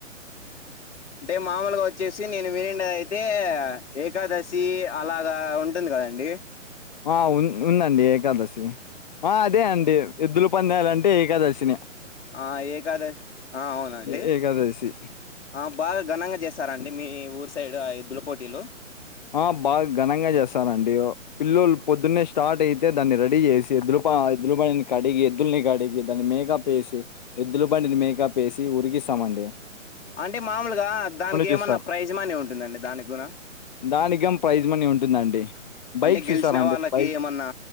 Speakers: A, on the left; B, on the left.
A: అంటే మామూలుగా వచ్చేసి నేను వినిండ అయితే ఏకాదశి అలాగా ఉంటు ఉంది కద అండి
B: ఆ ఉ ఉంద అండి ఏకాదశి ఆ అదే అండి ఎద్దులు పందాల అండ్ అంటే ఏకాదశి నే
A: ఆ ఏకాదశి ఆ అవున అండి
B: ఏ- ఏకాదశి
A: ఆ బాగా ఘనంగా చేస్తార అండి మీ ఊరు సైడ్ ఆ ఏద్దుల పోటీలు
B: ఆ బాగా ఘనంగా చేస్తారతండి ఓ పిల్లోలు పొద్దున్న స్టార్ట్ అయితే దాన్ని రెడీ చేసి ఎద్దులు మా ఎద్దులు బండిని కడిగి ఎద్దుల్ని కడిగి దాని మేకప్ ఏసి ఎద్దులు బండిని మేకప్ ఏసి ఉరికిస్త్ చామఅండి
A: అంటే మామూలుగా దానికి
B: చూస్తారు
A: ఏమ అన్నా ప్రైజ్ మని ఉంటుంద అండి దానికి గున
B: దానికేం ప్రైజ్ మనీ ఉంటుందండి బైక్స్
A: అంటే గెలిచిన
B: ఇస్తారాండి
A: వాళ్ళకి
B: బైక్
A: ఏమన్నా